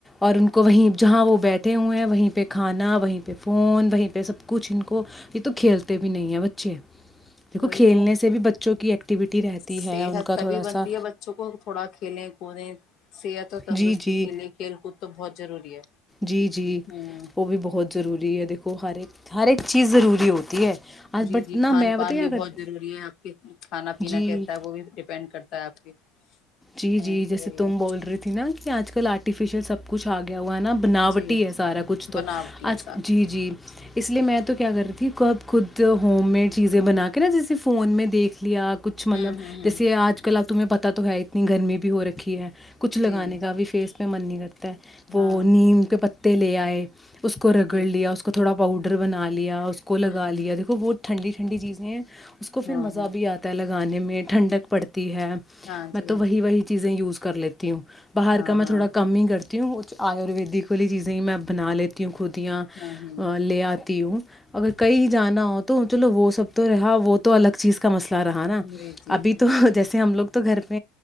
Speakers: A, in the centre; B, on the left (about 50°).
A: اور ان کو وہیں جہاں وہ بیٹھے ہوئے ہیں وہیں پہ کھانا وہیں پہ فون وہیں پہ سب کچھ ان کو یہ تو کھیلتے بھی نہیں ہے بچے دیکھو
B: وہی
A: کھیلنے
B: تو
A: سے بھی بچوں کی ایکٹیویٹی رہتی
B: صحت
A: ہے ان کا
B: تبھی
A: تھوڑا
B: بنتی
A: سا
B: ہے بچوں کو تھوڑا <unintelligible> صحت اور تندرستی
A: جی جی
B: کے لیے کھیل کود تو بہت ضروری ہے
A: جی جی
B: ہوں
A: وہ بھی بہت ضروری ہے دیکھو ہر ایک ہر ایک چیز ضروری ہوتی ہے آج
B: جی
A: بٹ
B: جی
A: نہ
B: کھان
A: میں
B: پان
A: بتائی
B: بھی
A: کیا
B: بہت
A: کر
B: ضروری ہے آپ کے کھانا پینہ
A: جی
B: کیسا ہے وہ بھی ڈیپینڈ کرتا ہے آپ کے
A: جی
B: ہاں
A: جی
B: تو
A: جیسے
B: وہی
A: تم
B: ہے
A: بول رہی تھی نا کہ آج کل آرٹیفیشل سب کچھگے وہ نا بناوٹ
B: جی
A: ہی ہے سارا کچھ تو
B: بناوٹی
A: اج
B: ہے سارا
A: جی جی اس لیے میں تو کیا کر رہی تھی کب خود ہوم میڈ چیزیں بنا کے نا جیسے فون میں دیکھ لیا کچھ مطلب
B: ہوں ہوں ہوں
A: جیسے آج کل تمہیں پتا تا تو ہے اتنی گرمی بھی ہو رکھی ہے کچھ لگانے
B: جی
A: کا بھی فیس میں من نہیں کرتا وہ
B: ہاں
A: نیم کے ت لے آئے اس کو رگڑ
B: جی
A: لیا اس کو تھوڑا بہ پؤڈر بنا لیا اس کو لگا
B: ہوں ہ
A: لیا دیک بہت ٹھنڈی ٹھنڈی چیزیں اس کو پھر
B: ہاں
A: مزہ
B: ہاں
A: بھی آتا ہے لگانے میں ٹنڈک پڑتا تی ہے
B: ہاں
A: میں
B: جی
A: تو
B: ہاں
A: وہی
B: جی
A: وہی چیزیں یوز کر لیتے تی ہوں باہر
B: ہاں
A: کا میں
B: ہاں
A: تھوڑا کم ہی کرتی تی ہوںچ آیورویدک والی چیزیں ہی میں بنا لیتی ہوں خودیا
B: ہاں ہ
A: ل آتی وہ اگر کہیں جانا ہو تو چلو وہ سب تو رہا وہ تو الگ چیز کا مسئلہ رہا نا
B: جی جی
A: ابھی
B: جی
A: تو جیسے ہم لوگ تو گھر پ